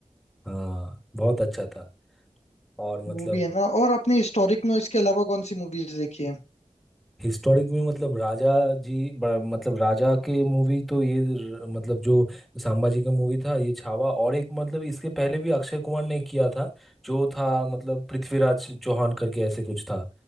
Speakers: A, in the centre; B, on the left.
A: हाँ बहुत अच्छा था और मतलब
B: वो भी है ना और अपने हिस्टोरिक में इसके अलावा कौन सी मूवीज देखी
A: हिस्टोरिक में मतलब राजा जी ब- मतलब राजा के मूवी तो ये र- मतलब जो संभाजी का मूवी था ये छावा और एक मतलब इसके पहले भी अक्षय कुमार ने किया था जो था मतलब पृथ्वीराज चौहान करके ऐसे कुछ था